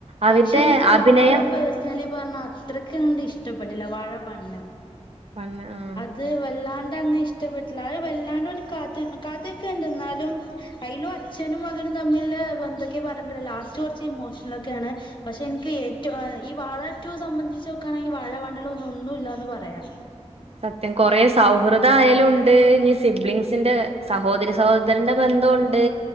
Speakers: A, on the right; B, on the left.
A: അവരുടെ
B: പക്ഷെ എനിക്ക്
A: അഭിനയം
B: വാഴ പേഴ്സ്ണലി പറഞ്ഞ അത്രയ്ക്ക് അങ്ങണ്ട് ഇഷ്ടപ്പെട്ടില്ല വാഴ വണ്ണ്
A: വണ്ണ് ആഹ് ആഹ്
B: അത് വെല്ലാണ്ട് അങ്ങ് ഇഷ്ടപ്പെട്ടില്ല അത്‌ വല്ലാണ്ട് ഒരു കഥ കഥൊക്കെ ഇണ്ട് ന്നാലും അയ്ലും അച്ഛനും മകനും തമ്മിലുള്ള ബന്ധം ഒക്കെ പറഞ്ഞ്ട്ട്ള്ളെ ലാസ്റ്റ് കൊർച്ച് ഇമോഷണൽ ഒക്കെയാണ് പക്ഷെ എനിക്ക് ഏറ്റവും ഈ വാഴ ടൂ സംബന്ധിച്ച് നോക്കാണെങ്കിൽ വാഴ വണ്ണിലൊന്നും ഒന്നുല്ലാന്ന് പറയാം
A: സത്യം കൊറേ സൗഹൃദം ആയാലും ഉണ്ട് ഇഞ് സിബ്ലിംങ്‌സിന്റെ സഹോദരി സഹോദരന്റെ ബന്ധവുണ്ട്